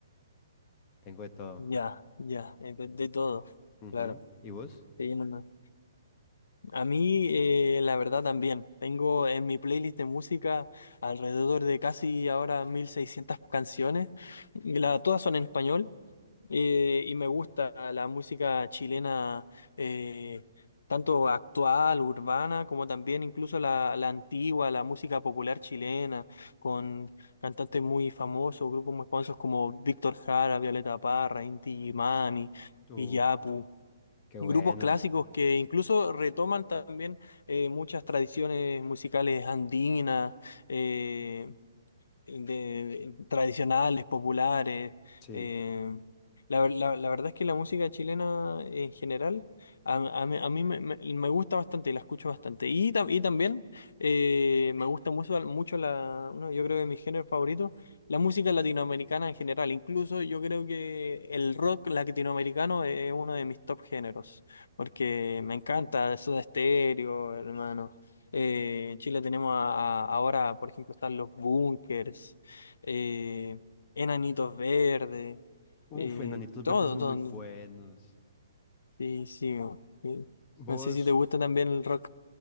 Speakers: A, on the left; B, on the left.
A: Tengo de todo.
B: Ya, ya, eh, de, de todo,
A: Ujú.
B: claro.
A: ¿Y vos?
B: Sí, no, no. A mí, eh, la verdad también, tengo en mi playlist de música alrededor de casi ahora 1600 canciones, y la- todas son en español. Eh, y me gusta la música chilena, eh, tanto actual, urbana, como también incluso la, la antigua, la música popular chilena, con cantantes muy famosos, grupos muy famosos como Víctor Jara, Violeta Parra, Inti Illimani,
A: Uf,
B: Iyapu.
A: qué bueno.
B: Grupos clásicos que incluso retoman también eh, muchas tradiciones musicales andinas, eh, de, tradicionales, populares.
A: Sí.
B: eh, la, ver- la- la verdad es que la música chilena en general a, a mí, a mí me, me- me gusta bastante, la escucho bastante. Y, tam- y también eh, me gusta mucho, mucho la, no, yo creo que mi género favorito, la música latinoamericana en general. Incluso yo creo que el rock latinoamericano es uno de mis top géneros, porque me encanta Soda Stereo, hermano. Eh, en Chile tenemos a- a- ahora, por ejemplo, están los búnkers, eh, enanitos verdes,
A: Uf,
B: eh,
A: Enanitos
B: todo,
A: Verdes son
B: todo.
A: muy buenos.
B: Sí, sí, no, sí.
A: Vos,
B: No sé si te gusta también el rock,